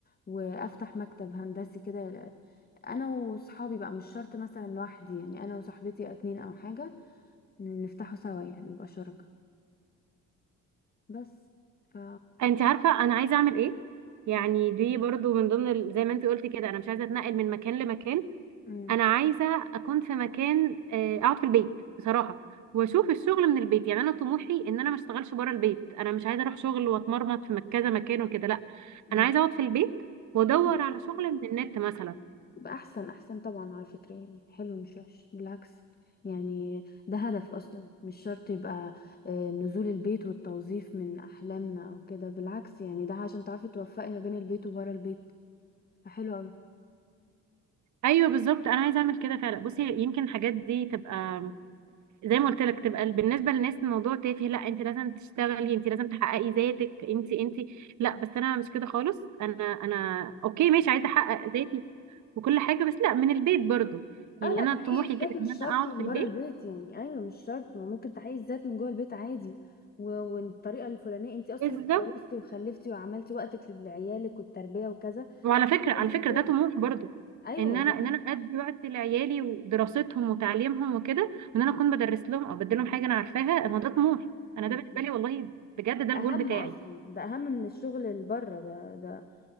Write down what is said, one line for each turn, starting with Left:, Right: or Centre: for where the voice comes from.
Left: وافتح مكتب هندسي كده انا وصحابي بقى مش شرط مثلا لوحدي يعني انا وصاحبتي اتنين او حاجة ن- نفتحه سوا يعني نبقى شركاء بس ف
Right: انت عارفه انا عايزه اعمل ايه يعني
Left: و-
Right: دي برضو من ضمن ال- زي ما انت قلتي كده انا مش عايزه اتنقل من مكان لمكان
Left: مم.
Right: انا عايزه اكون في مكان آه، اقعد في البيت بصراحه واشوف الشغل من البيت يعني انا طموحي ان انا ما اشتغلش بره البيت انا مش عايزه اروح شغل واتمرمط في مك- كذا مكان وكده لا
Left: مم.
Right: انا عايزه اقعد في البيت وادور
Left: حلو
Right: على شغل من النت مثلا
Left: يبقى احسن احسن طبعا على فكرة يعني حلو مش وحش بالعكس يعني ده هدف اصلا مش شرط يبقى آه، نزول البيت والتوظيف من احلامنا او كده بالعكس يعني ده عشان تعرفي توفقي ما بين البيت وبره البيت فحلو قوي
Right: ايوه بالظبط انا عايزه اعمل كده فعلا بصي يمكن الحاجات دي تبقى زي ما قلت لك تبقى بالنسبه للناس الموضوع تافه لا انت لازم تشتغلي انت لازم تحققي ذاتك انت انت لا بس انا مش كده خالص انا انا اوكي ماشي عايزه احقق ذاتي وكل حاجه بس لا من البيت برضو يعني
Left: اه لا
Right: انا
Left: تحقيق
Right: طموحي
Left: الذات
Right: كده ان
Left: مش
Right: انا
Left: شرط
Right: اقعد
Left: من
Right: في البيت
Left: بره البيت يعني ايوه مش شرط ما ممكن تحقيق الذات من جوه البيت عادي و- والطريقه الفلانيه انت اصلا
Right: بالظبط
Left: لو اتجوزتي وخلفتي وعملتي وقتك لعيالك والتربيه وكذا
Right: وعلى فكره على
Left: دي
Right: فكره
Left: رساله
Right: ده طموح برضو
Left: ايوه
Right: ان انا
Left: ده
Right: ان انا ادي وقت لعيالي ودراستهم وتعليمهم وكده وان انا اكون بدرس لهم او بدي لهم حاجه انا عارفاها ما ده طموح
Left: صح
Right: انا
Left: انت-
Right: ده بالنسبه لي والله بجد ده الجول
Left: اهم
Right: بتاعي
Left: اصلا ده اهم من الشغل اللي بره ده ده